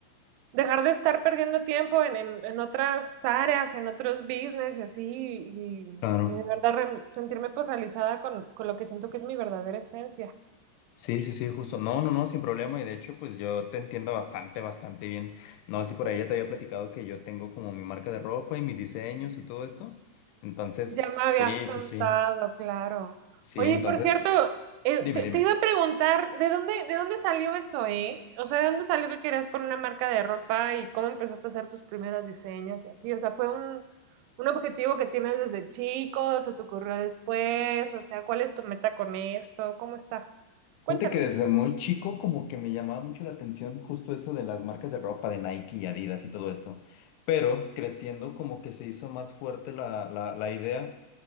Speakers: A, on the right (about 85°); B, on the left (about 85°).
A: dejar de estar perdiendo tiempo en, en, en otras áreas, en otros business y así, y,
B: Claro.
A: y de verdad re- sentirme pues realizada con, con lo que siento que es mi verdadera esencia.
B: Sí, sí, sí, justo. No, no, no, sin problema. Y de hecho, pues yo te entiendo bastante, bastante bien. No sé si por ahí ya te había platicado que yo tengo como mi marca de ropa y mis diseños y todo esto. Entonces,
A: Ya me habías
B: sí,
A: contado,
B: sí, sí.
A: claro.
B: Sí,
A: Oye,
B: entonces,
A: y por cierto, eh,
B: dime,
A: te,
B: dime.
A: te iba a preguntar, ¿de dónde, de dónde salió eso, eh? O sea, ¿de dónde salió que querías poner una marca de ropa y cómo empezaste a hacer tus primeros diseños y así? O sea, ¿fue un, un objetivo que tienes desde chico? ¿Se te ocurrió después? O sea, ¿cuál es tu meta con esto? ¿Cómo está? Cuéntame.
B: Fíjate que desde muy chico como que me llamaba mucho la atención justo eso de las marcas de ropa de Nike y Adidas y todo esto, pero creciendo como que se hizo más fuerte la, la, la idea